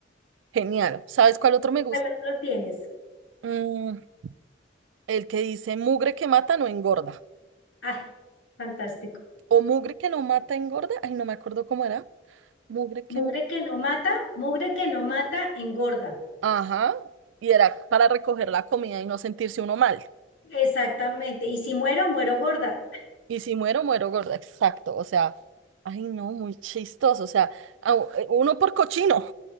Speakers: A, on the right (about 80°); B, on the left (about 85°).
A: Genial. ¿Sabes cuál otro me gusta?
B: ¿Cuál otro tienes?
A: Mm, El que dice mugre que mata no engorda.
B: Ay, fantástico.
A: O mugre que no mata engorda. Ay, no me acuerdo cómo era. Mugre que
B: Mugre
A: mata.
B: que no mata, mugre que no mata, engorda.
A: Ajá. Y era para recoger la comida y no sentirse uno mal.
B: Exactamente. Y si muero, muero gorda.
A: Y si muero, muero gorda. Exacto. O sea, ay, no, muy chistoso. O sea, a u- eh, uno por cochino.